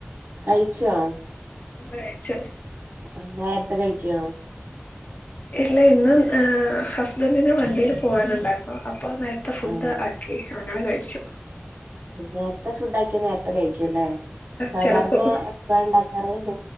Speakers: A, on the right; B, on the left.
A: കഴിച്ചോ
B: കഴിച്ചു
A: ആഹ് നേരത്തെ കഴിക്കുവോ?
B: ഇല്ല ഇന്നു ആ ഹസ്ബൻഡിന് വണ്ടിൽ പോകാനുണ്ടായിരുന്നു അപ്പൊ നേരത്തെ ത്തെ ഫുഡ്
A: ആണോ
B: ആക്കി, അങ്ങനെ കഴിച്ചു
A: നേരത്തെ ഫുഡ് ആക്കിയ നേരത്തെ കഴിക്കുംല്ലേ, സാധാരണ
B: ചെലപ്പോ
A: എപ്പഴാ ഉണ്ടാക്കാറ്?